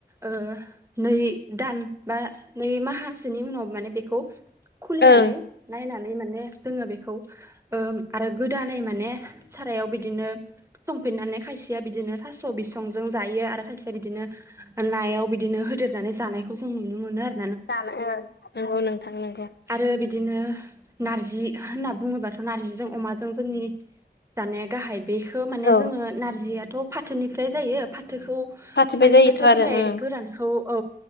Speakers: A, on the right; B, on the left.
A: ओ नै दान बा नै माहासोनि उनाव माने बेखौ खुलिनानै
B: ओं
A: नायनानै माने जोङो बेखौ ओ आरो गोदानै माने माने सारायाव बिदिनो संफिननानै खायसेया बिदिनो थास' बिसंजों जायो आरो खायसेया बिदिनो नायाव बिदिनो होदेरनानै जानायखौ जों नुनो मोनो आरो।
B: जानाय नंगौ नोंथां नोंगौ।
A: आरो बिदिनो नार्जि होनना बुङोबाथ' नार्जिजों अमाजों जोंनि जानाया गाहाय बेखौ माने
B: औ
A: जोङो नारजियाथ' फाथोनिफ्राय जायो। फाथोखौ
B: फाथिबाय
A: माने
B: जायोथ'
A: फाथो
B: आरो
A: बिलाइ
B: ओं
A: गोरानखौ औ